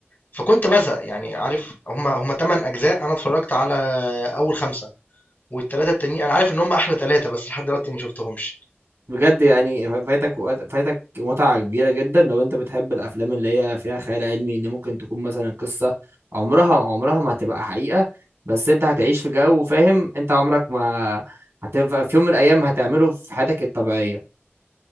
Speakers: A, on the left (about 45°); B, on the right (about 75°).
A: فكنت بزهق يعني عارف هما هما تمن اجزاء انا اتفرجت على اول خمسة والثلاثة التانيين انا عارف ان هما احلى ثلاثة بس لحد دلوقتي ما شفتهمش
B: بجد يعني فايتك وقت- فايتك متعة كبيرة جدا لو انت بتحب الافلام اللي هي فيها خيال علمي اللي ممكن تكون مثلا قصة عمرها عمرها ما هتبقى حقيقة بس انت هتعيش في جو فاهم انت عمرك ما هتبقى في يوم من الايام هتعمله في حياتك الطبيعية